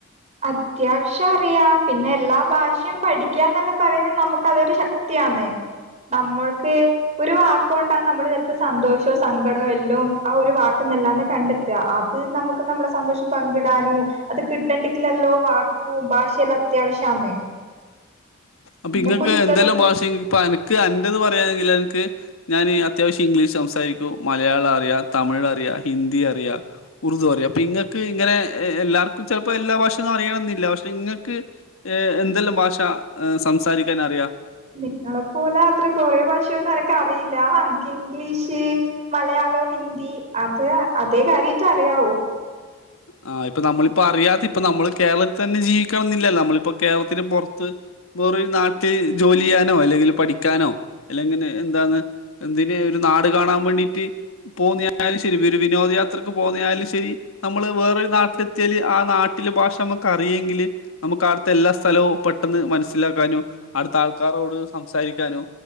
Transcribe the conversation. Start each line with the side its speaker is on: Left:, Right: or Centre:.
Right: അത്യാവശ്യം അറിയ പിന്നെ എല്ലാ ഭാഷയും പഠിക്കാന്നല്ലെ പറയുന്നത് നമുക്ക് അതൊരു ശക്തി യാന്ന് നമ്മൾക്ക് ഒരു വാക്കോണ്ടാ നമ്മള് ചെലപ്പോ സന്തോഷോ സങ്കടോ എല്ലോം ആ ഒരു വാക്ക് എല്ലാന്ന് കണ്ടെത്താ അത് നമുക്ക് നമ്മളെ സന്തോഷം പങ്കിടാനു അത് കിട്ടണ്ടി ക്കിലല്ലോ വാക്കും ഭാഷയെല്ലാം അത്യാവശ്യാന്ന്
Left: അപ്പൊ
Right: പിന്നെ
Left: ഇങ്ങക്ക്
Right: പുസ്തകം
Left: എന്തെല്ലാം ഭാഷ ഇപ്പൊ എനക്ക് അന്റെത് പറയാംങ്കിൽ എനക്ക് ഞാനീ അത്യാവശ്യം ഇംഗ്ലീഷ് സംസാരിക്കും- മലയാളം അറിയാ തമിഴ് അറിയാ ഹിന്ദി അറിയാ ഉറുദു പ്പറിയാ പ്പം ഇങ്ങക്ക് ഇങ്ങനെ എ എല്ലാർക്കും ചെലപ്പം എല്ലാ ഭാഷയൊന്നും അറിയണന്നില്ല പക്ഷെ ഇങ്ങക്ക് ഏഹ് എ ന്തെല്ലാം ഭാഷ സംസാരിക്കാൻ അറിയാ
Right: നിങ്ങളെപ്പോലെ അത്ര കൊറെ ഭാഷയൊന്നും എനക്ക് അറിയില്ല. അൻക്ക് ഇംഗ്ലീഷ് മലയാ ളം ഹിന്ദി അത് അതേ കാര്യായിട്ട് അറിയാവൂ.
Left: ആ ഇപ്പൊ നമ്മളിപ്പ അറിയാതെ ഇപ്പം നമ്മള് കേരളത്തെന്നെ ജീവിക്കണം ന്നില്ലല്ലൊ നമ്മളിപ്പോ കേരളത്തിന് പൊറത്ത് വേറൊരു നാട്ടി ജോലിയ്യാനോ അല്ലെങ്കില് പഠിക്കാനോ അല്ലെങ്കെനെ എന്താന്ന് എന്തിനെ ഏഹ് ഒരു നാട് കാണാൻ വേണ്ടിട്ട് പോവുന്നയാലും ശരി ഒരു വിനോദയാത്രക്ക് പോവ്ന്നയാലും ശരി നമ്മള് വേറൊരു നാട്ടിലെത്തിയാല് ആ നാട്ടിലെ ഭാഷ നമുക്ക് അറിയെങ്കില് നമുക്ക് ആട്ത്തെ എല്ലാ സ്ഥലവും പെ പെട്ടെന്ന് മനസ്സിലാക്കാനു ആടുത്ത ആൾക്കാരോട് സംസാരിക്കാനു